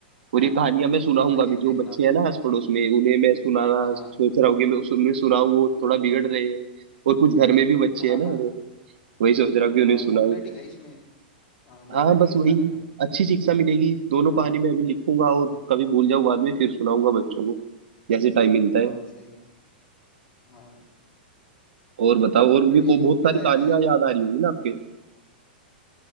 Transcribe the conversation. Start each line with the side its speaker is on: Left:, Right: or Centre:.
Right: और
Left: हाँ
Right: ये कहानियां मैं सुनाऊंगा
Left: हाँ हाँ ये
Right: भी
Left: देखना
Right: जो बच्चे
Left: आप
Right: हैं ना आस पड़ोस में उन्हें मैं सुनाना
Left: हाँ हाँ
Right: सोच रहा हूँ कि मैं उस- उन्हें सुनाऊं वो थोड़ा बिगड़ रहे हैं और कुछ घर में भी बच्चे
Left: हाँ
Right: हैं ना
Left: हाँ
Right: वो- वही सोच रहा हूँ कि उन्हें
Left: हाँ
Right: सुनाऊं
Left: मोरलिटी है इसमें हाँ मोरलिटी
Right: हाँ बस
Left: इस
Right: वही
Left: कहानी में बहुत
Right: अच्छी
Left: अच्छी
Right: शिक्षा
Left: है
Right: मिलेगी दोनों
Left: हाँ
Right: कहानी मैं अभी लिखूंगा और
Left: हाँ
Right: कभी भूल जाऊँ बाद में फिर सुनाऊंगा बच्चों को जैसे टाइम मिलता
Left: हाँ
Right: है
Left: सही है हाँ
Right: और बताओ और
Left: क्योंकि
Right: भी
Left: इसमें
Right: को बहुत
Left: वो भी
Right: सारी
Left: बताया
Right: कहानियां
Left: ना
Right: याद आ रही होंगी ना आपके